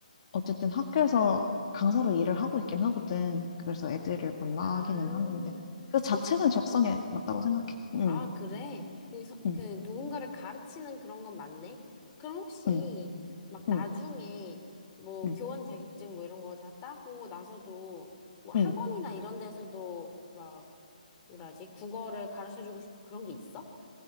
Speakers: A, on the left; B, on the left.
A: 어쨌든 학교에서 강사로 일을 하고 있긴 하거든. 그래서 애들을 만나기는
B: 아.
A: 하는데 그 자체는
B: 혹시
A: 적성에 맞다고 생각해. 응,
B: 아, 그래? 여기 서,
A: 응,
B: 그, 누군가를 가르치는 그런 건 맞네? 그럼 혹시,
A: 응,
B: 막, 나중에,
A: 응,
B: 뭐,
A: 응,
B: 교원 자격증 뭐 이런 거 다 따고 나서도, 뭐, 학원이나
A: 응.
B: 이런 데서도, 막, 뭐라 하지? 국어를 가르쳐주고 싶어 그런 게 있어?